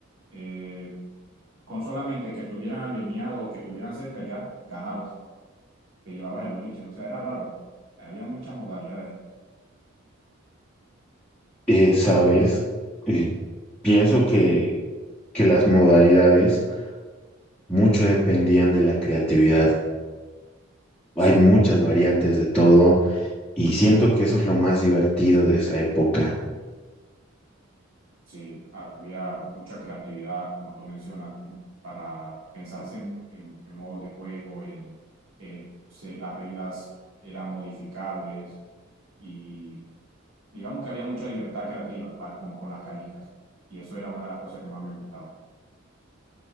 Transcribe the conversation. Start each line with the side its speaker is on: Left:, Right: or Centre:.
Right: eh, con solamente que estuvieran alineados o que estuvieran cerca ya ganabas, te llevabas el boliche, o sea, era raro, había muchas modalidades,
Centre: Eh, sabes, Eh, pienso que, que las modalidades mucho dependían de la creatividad. Hay
Right: sí,
Centre: muchas variantes de todo y siento que eso es lo más divertido de esa época.
Right: sí, había mucha creatividad, como tú mencionas, para pensarse en, en- en modos de juego, en eh, se- las reglas eran modificables y digamos que había mucha libertad creativa pa- con, con las canicas. Y eso era una de las cosas que más me gustaba.